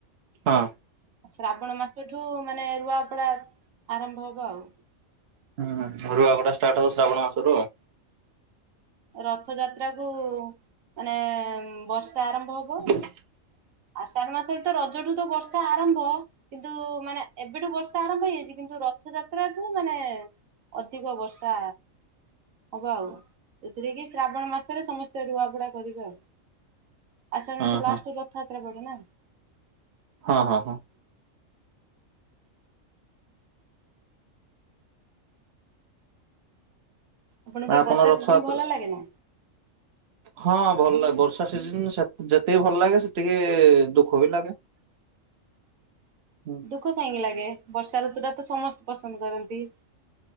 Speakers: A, on the right; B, on the right.
A: ହଁ।
B: ଶ୍ରାବଣ ମାସ ଠୁ ମାନେ ରୁଆପଡା ଆରମ୍ଭ ହବ ଆଉ।
A: ହୁଁ ହୁଁ ରୁଆ ପଡା ଷ୍ଟାର୍ଟ ହବ ଶ୍ରାବଣ ମାସରୁ ଆଉ।
B: ରଥ ଯାତ୍ରା କୁ ମାନେ ବର୍ଷା ଆରମ୍ଭ ହବ।
A: ହ <unintelligible>
B: ଆଷାଢ ମାସରେ ତ ରଜଠୁ ତ ବର୍ଷା ଆରମ୍ଭ। କିନ୍ତୁ ମାନେ ଏବେଠୁ ବର୍ଷା ଆରମ୍ଭ ହେଇଯାଇଛି କିନ୍ତୁ ରଥଯାତ୍ରାଠୁ ମାନେ ଅଧିକ ବର୍ଷା ହବ ଆଉ, ଏଥିରେ କି ଶ୍ରାବଣ ମାସରେ ସମସ୍ତେ ରୁଆପୁଡା କରିବେ ଆଉ। ଆଷାଢ
A: ହଁ
B: ମାସ ଲାଷ୍ଟକୁ
A: ହଁ
B: ରଥଯାତ୍ରା ପଡ଼େ ନା।
A: ହଁ ହଁ ହଁ।
B: ଆପଣଙ୍କୁ ଏ
A: ଆପଣ
B: ବର୍ଷା
A: ରଥଯାତ୍ରା
B: ସିଜନ ଭଲ ଲାଗେ ନା?
A: ହଁ ଭଲ ଲାଗେ ବର୍ଷା ସିଜନ ସେ ଯେତିକି ଭଲ ଲାଗେ ସେତିକି ଦୁଃଖ ବି ଲାଗେ। ହୁଁ।
B: ଦୁଃଖ କାହିଁକି ଲାଗେ, ବର୍ଷା ଋତୁ ଟା ତ ସମସ୍ତେ ପସନ୍ଦ କରନ୍ତି।